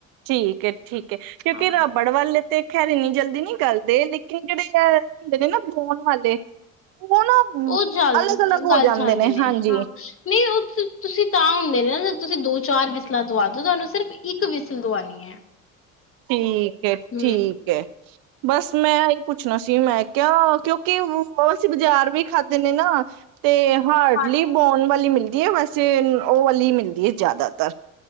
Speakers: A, on the right; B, on the left.
A: ਠੀਕ ਹੈ ਠੀਕ। ਕਿਉਂਕਿ
B: ਹਾਂ।
A: ਰਬੜਵਾਲੇ ਤੇ ਖੈਰ ਇੰਨੀ ਜਲਦੀ ਨੀ ਕਰਦੇ, ਲੇਕਿਨ ਜਿਹੜੇ ਆ ਹੁੰਦੇ ਨੇ ਨਾ ਬਉਣ ਵਾਲੇ ਉਹ ਨਾ
B: ਉਹ ਜਾਣ
A: ਅਲੱਗ ਅਲੱਗ ਹੋ
B: ਗੱਲ
A: ਜਾਂਦੇ
B: ਜਾਣਦੇ ਨੇ
A: ਹਾਂਜੀ
B: ਹਾਂ ਨਹੀਂ ਉਹ ਤੁਸੀਂ ਤਾਂ ਹੁੰਦੇ ਨੇ ਨਾ ਤੁਸੀਂ ਦੋ ਚਾਰ ਵਿਸਲਾਂ ਦਵਾ ਆਜੋ ਤੁਹਾਨੂੰ ਸਿਰਫ਼ ਇੱਕ ਵਿਸਲ ਦਵਾਉਣੀ ਹੈ।
A: ਠੀਕ ਹੈ
B: ਹੂੰ।
A: ਠੀਕ ਐ। ਬਸ ਮੈਂ ਇਹੀ ਪੁੱਛਣਾ ਸੀ, ਮੈਂ ਕਿਹਾ ਕਿਉਂਕਿ ਅਸੀਂ ਬਾਜ਼ਾਰ ਵੀ ਖਾਧੇ ਨੇ ਨਾ ਤੇ ਹਾਰਡਲੀ
B: ਹਾਂ
A: ਬੋਨ ਵਾਲੀ ਮਿਲਦੀ ਹੈ, ਵੈਸੇ ਉਹ ਵਾਲੀ ਮਿਲਦੀ ਹੈ ਜ਼ਿਆਦਾਤਰ